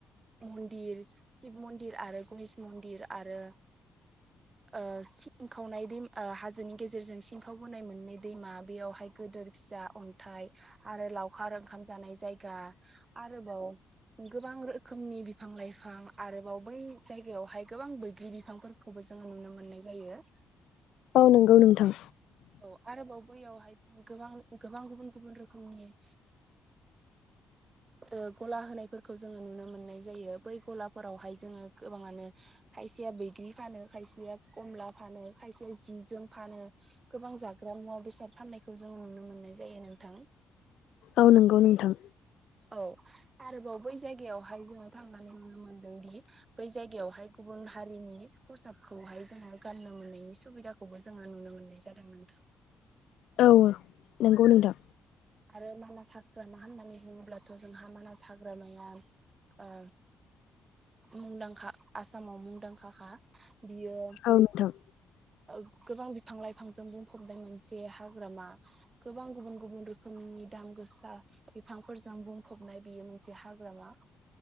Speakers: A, on the right; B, on the left.
A: मन्दिर शिब मन्दिर आरो गणश मन्दिर आरो ओ सिं खावनाय दैम हाजोनि गेजेरजों सिंखावबोनाय मोनै दैमा बेयावहाय गिदोर फिसा अन्थाइ आरो लावखार ओंखाम जानाय जायगा आरोबाव गोबां रोखोमनि बिफां लाइफां आरोबाव बै जायगायावहाय गोबां बैग्रि बिफांफोरखौबो जोङो नुनो मोननाय जायो
B: औ नोंगौ नोंथां
A: औ आरोबाव बैयावहाय जों गोबां गोबां गुबुन गुबुन रोखोमनि <inaudible> गला होनायफोरखौ जोङो नुनो मोननाय जायो बै गलाफोरावहाय जोङो गोबाङानो खायसेया बैग्रि फानो खायसेया खमला फानो खायसेया जि जोम फानो गोबां जाग्रा मुवा बेसाद फाननायखौ जों नुनो मोननाय जायो नोंथां
B: औ नोंगौ नोंथां
A: औ आरोबाव बै जायगायावहाय जोङो थांनानै नुनो मोनदोंदि बै जायगायावहाय गुबुन हारिनि खसाबखौहाय जोङो गाननो मोननायनि सुबिदाखौ खौबो जोङो नुनो मोननाय जादों नोंथां
B: औ नंगौ
A: औ
B: नोंथां
A: आरो मानास हाग्रामा होननानै बुङोब्लाथ' जोंहा मानास हाग्रामाया ओ मुंदांखा आसामाव मुंदांखाखा बियो
B: औ नोंथां
A: ओ गोबां बिफां लाइफांजों बुंफबनाय मोनसे हाग्रामा गोबां गुबुन गुबुन रोखोमनि दाम गोसा बिफांफोरजों बुंफबनाय बियो मोनसे हाग्रामा